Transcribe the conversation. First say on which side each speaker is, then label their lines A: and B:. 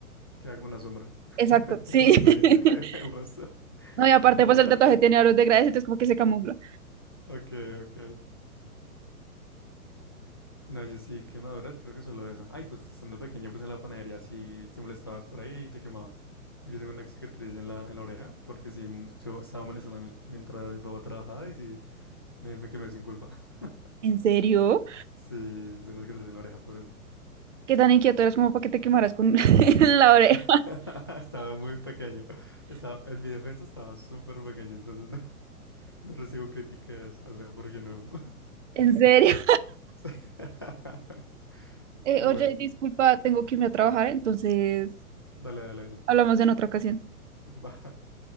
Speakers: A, on the left; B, on the right.
A: Queda como una sombra. <laughs>
B: Exacto, sí.
A: Queda más
B: <laughs>
A: clarito que el resto.
B: No, y aparte,
A: <laughs>
B: pues el tatuaje tiene aros de grades, entonces como que se camufla.
A: Ok, ok. No, yo sí, quemaduras, creo que solo eso. Ay, pues estando pequeño, pues en la panadería sí te molestabas por ahí y te quemabas. Yo tengo una cicatriz en la, en la oreja porque sí m- se- estaba molestando a mis- mientras mi papá trabajaba y sí me, me quemé sin culpa. <laughs>
B: ¿En serio?
A: Sí, yo tengo una cicatriz en la oreja por eso.
B: ¿Qué tan inquieto eras como para que te quemaras con <laughs> en la oreja?
A: <laughs> Estaba muy pequeño. Estaba, en mi defensa estaba súper pequeño, entonces no, no recibo críticas, o sea, porque no.
B: ¿En serio?
A: <laughs>
B: Eh,
A: <laughs> Bueno.
B: oye, disculpa, tengo que irme a trabajar, entonces
A: Dale, dale, dale.
B: hablamos en otra ocasión.
A: <laughs> Va.